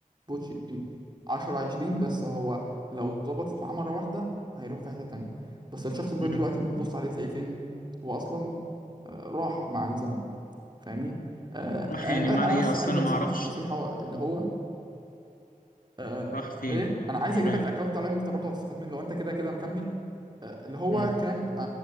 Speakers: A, on the right (about 30°); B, on the left (about 80°).
A: تظبطش 10 20 بس هو لو ظبطت معاه مره واحده هيروح في حته تانيه بس الشخص ده
B: امم
A: دلوقتي بتبص عليه تلاقيه فين هو اصلا آه، راح مع الزمن فاهمني آه
B: راح
A: يعني
B: يعني
A: بقى-
B: معنى
A: انا
B: ايه
A: بس
B: اصل
A: عايز
B: انا
A: انصحك
B: ما اعرفش
A: نصيحه اللي هو آه
B: راح فين
A: ايه انا عايز
B: مش
A: اجيب
B: فاهم
A: لك الاكونت بتاع لاين انت برضه هتستفاد منه لو انت كده كده مكمل آه اللي هو
B: امم
A: كان آه